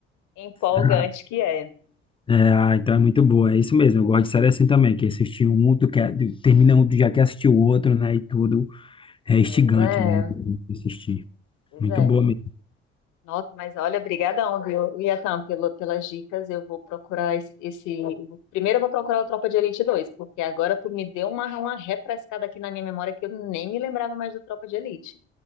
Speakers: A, on the left; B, on the left.
A: empolgante
B: <laughs>
A: que é.
B: É, ah, então é muito boa, é isso mesmo. Eu gosto de série assim também, que é assistir um, tu quer, termina um, tu já quer assistir o outro, né? E tudo é
A: Pois
B: instigante,
A: é,
B: né? Assistir.
A: pois
B: Muito
A: é.
B: boa mesmo.
A: Nossa, mas olha, obrigadão, viu, Liatan, pelo, pelas dicas. Eu vou procurar esse, esse. Primeiro eu vou procurar o Tropa de Elite dois, porque agora tu me deu uma, uma refrescada aqui na minha memória que eu nem me lembrava mais do Tropa de Elite.